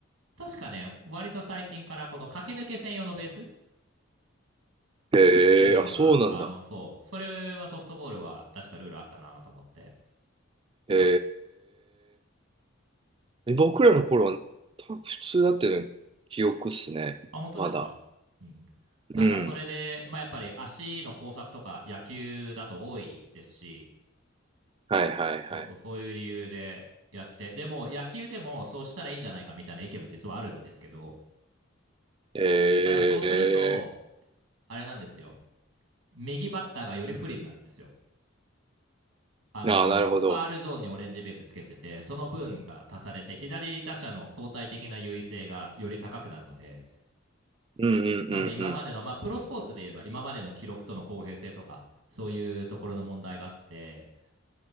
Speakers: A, on the right; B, on the right.
A: 確かね、割と最近からこの駆け抜け専用のベースっ
B: へえ、
A: ていうのが、
B: あ、そうなんだ。
A: あの、そう、それはソフトボールは確かルールあったなと思って。
B: へえ。僕らの頃は、多分普通だったよね。記憶っすね。
A: あ、本当ですか。
B: まだ。
A: うん。なんかそれで、
B: うん。
A: まあ、やっぱり足の工作とか野球だと多いですし、
B: はいはいはい。
A: そうそう、そういう理由でやって、でも野球でもそうしたらいいんじゃないかみたいな意見も実はあるんですけど、
B: え
A: ただそうすると、
B: え。
A: あれなんですよ、右バッターがより不利になるんですよ。あのファールゾーンにオレンジベースつけてて、
B: ああ、なるほど。
A: その分が足されて、左打者の相対的な優位性がより高くなるので、
B: うんうんうんうん。
A: なので今までの、まあ、プロスポーツで言えば、今までの記録との公平性とか、そういうところの問題があって、